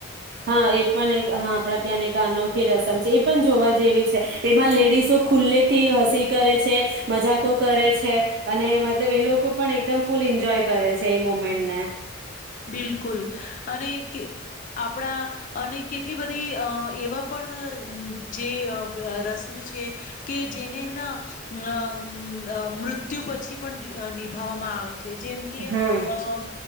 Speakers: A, on the right (about 50°); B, on the left (about 40°).
A: હા એ પણ એક હા આપણા ત્યાંની એક અનોખી રસમ જે પણ જોવા જેવી છે એમાં લેડીસો ખુલ્લેથી હસી કરે છે મજાકો કરે છે અને મતલબ એ લોકો પણ એકદમ ફૂલ એન્જોય કરે છે એ મુમેનને
B: બિલકુલ અને કે આપણા અને કેટલી બધી અ-એવા પણ-અ-અમ જે અ-વ રસ્મ છે કે જેને ના નમ્મ અ મૃત્યુ પછી પણ રી-નિભાવવામાં આવે. જેમ કે
A: હમ
B: અ